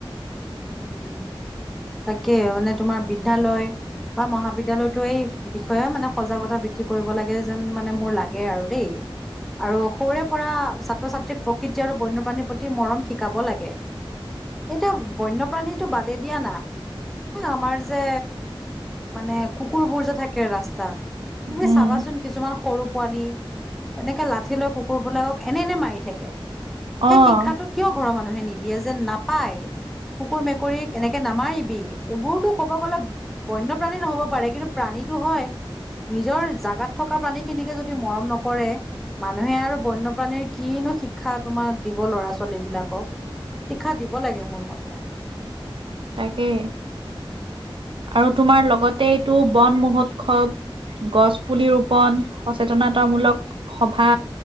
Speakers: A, in the centre; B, on the right.
A: উম তাকে মানে তোমাৰ বিদ্যালয়। বা মহাবিদ্য়ালয়তটো এই বিষয়ে মানে সজাগতা বৃদ্ধি কৰিব লাগে যেন মানে মোৰ লাগে আৰু দেই। আৰু সৰুৰে পৰা ছাত্ৰ ছাত্ৰীক প্ৰকৃতি আৰু বন্যপ্ৰাণীৰ প্ৰতি মৰম শিকাব লাগে। এতিয়া বন্যপ্ৰাণীতো বাদে দিয়া না। এ আমাৰ যে মানে কুকুৰবোৰ যে থাকে ৰাস্তাত। তুমি
B: উম,
A: চাবাচোন কিছুমান। সৰু পোৱালি এনেকে লাঠি লৈ কুকুৰবিলাকক এনে এনে মাৰি থাকে।
B: অ'।
A: সেই শিক্ষাটো কিয় ঘৰৰ মানুহে নিদিয়ে যে নাপায়। কুকুৰ মেকুৰীক এনেকে নামাৰিবি এইবোৰতো ক'ব গ'লে। বন্যপ্ৰাণী নহ'ব পাৰে কিন্তু প্ৰাণীটো হয়। নিজৰ জাগাত থকা প্ৰাণী খিনিকে যদি মৰম নকৰে মানুহে আৰু বন্যপ্ৰাণীৰ কিনো শিক্ষা তোমাক দিব ল'ৰা ছোৱালী বিলাকক। শিক্ষা দিব লাগে মোৰ মতে।
B: তাকেই আৰু তোমাৰ লগতে এইটো বন মহোৎসৱ গছ পুলি ৰোপন সচেতনতামূলক সভা